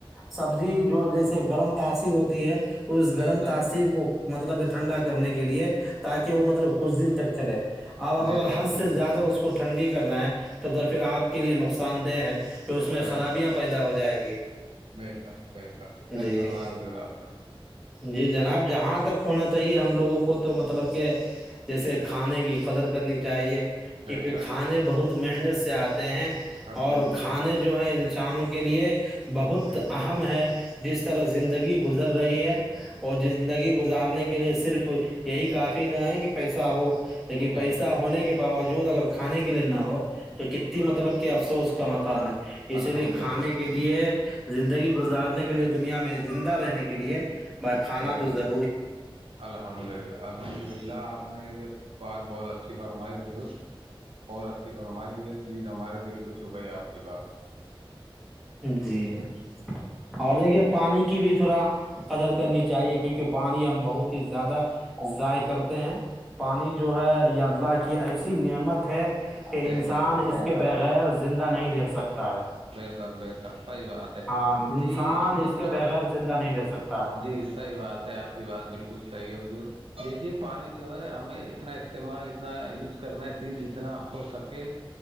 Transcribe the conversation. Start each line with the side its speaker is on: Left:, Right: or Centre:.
Centre: سبزی جو جیس گرم تاثیر ہوتی ہے اس گرم
Right: بے شک
Centre: تاثیر کو مطب ھنڈا کرنے کے لیے تاکہ وہ مطلب کچھ دن تک چلے اپ اپ
Right: بے
Centre: اگر
Right: شک
Centre: حد
Right: بے
Centre: سے زیادہ
Right: شک
Centre: اس کو ٹھنڈی کا کر رہا ہیں تب تو پھر آپ کے لیے نقصان دہ ہے پھر اس میں
Right: جیسر
Centre: خرابیاں پیدا ہو جائیں گی
Right: بییسر بیسا صحی
Centre: جی
Right: فرمایا جو راپنا
Centre: جی جناب جہاں تک ہونا چاہیے ہم لوگوں کو تو مطلب کہ جیسے کھانے کی قدر کرنی چاہیے کیونک
Right: بے شک
Centre: کھانے بہت تو محنت سے آد ہیں
Right: الحمد
Centre: اور کھانے
Right: للہ
Centre: جو ہے انسانوں کے کے لیے بہت
Right: بے شک
Centre: اہم ہے جس طرح زندگی گزر رہی ہے اور زندگی گزارنے کے لیے صرف یہی کافی نہ ہے کہ پیسہ ہو لیکن
Right: بے
Centre: پیسہ
Right: شک
Centre: ہونے کے باوجود وجود اگر کھانے کے لیے نہ ہو تو کتنی مطلب کہ افسوس کا مقام ہے اسی
Right: الحمد
Centre: لیے کھانے
Right: للہ
Centre: کے لیے زندگی گزارنے کے لیے دنیا میں زندہ رہنے کے لیے ب کانا
Right: بے
Centre: تو
Right: شک
Centre: زر
Right: الحمد للہ الحمد للہ آپ نے یہ بات بہت اچھی فرمائی حضور بہت اچھی فرمائی یہ چیز ہمارے دل کو چھو گئی آپ کی بات
Centre: جی اور دیکھیے پانی کی بھی تھوڑا قدر کرنی چاہیے کیونکہ پانی ہم بہت ہی زیادہ ضائع کرتے ہیں پانی جو ہے یا اللہ کی ایسی نعمت ہے کہ
Right: بے
Centre: انسان
Right: شک بے
Centre: اس
Right: شک
Centre: کے بغیر زندہ نہیں رہ سکتا ہے
Right: بے سک بے سک صحیح بات ہے
Centre: ہاں انسان
Right: جی جتنا
Centre: اس کے بغیر زندہ نہیں رہ سکتا
Right: جی صحیح بات ہے آپ کی بات بالکل صحی ہے حجور دیکھیے پانی جو ہے ہمیں اتنا استعمال اتنا یوز کرنا چاہیے جتنا ہو سکے